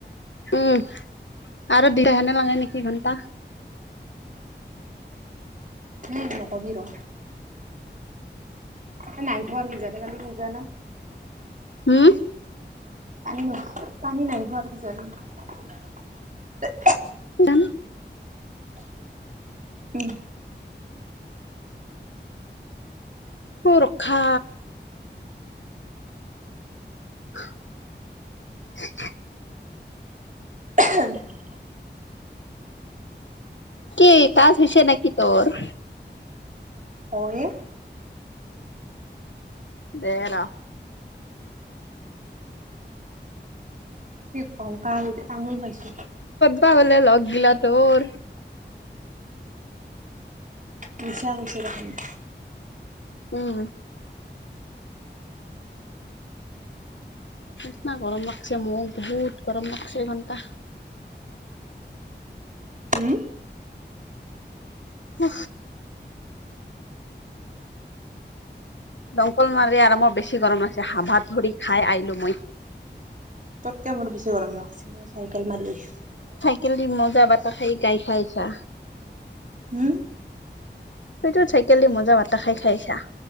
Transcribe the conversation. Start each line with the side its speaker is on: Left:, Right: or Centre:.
Left: উম আৰু দিদ সনে মাঙে নেকি ঘণ্টা
Right: হে নকবি ৰ ত নাইব আৰু কিজানে কালি তোৰ যানা
Left: হম
Right: পানী নহ পানী নাইিব আৰু কি জানি
Left: ক
Right: উম
Left: অ ৰখা <unintelligible>
Right: উ
Left: কি কাজ হৈছে নে কি তোৰ
Right: হয়ে
Left: দেৰা
Right: কংকা তামোল খাইছো
Left: প বলে লগ গিলা তোৰ
Right: মছা কচি ৰাখন
Left: উম নিচনা গৰম লাগছে মোক বহুত গৰম লাগছে এঘণ্টা
Right: উম
Left: হু দমকল মাৰি আৰু মই বেছি গৰম আছে হ ভাত ধৰি খাই আহিলো মই
Right: ততকে মোৰ বেছি গৰম লাগছে মই চাইকেল মাৰি আহিছো
Left: কেলি মজা বটা খাই গাই খাই চা
Right: উম
Left: তইতটো চাইকেলি মজা বাতা খাই খাইছা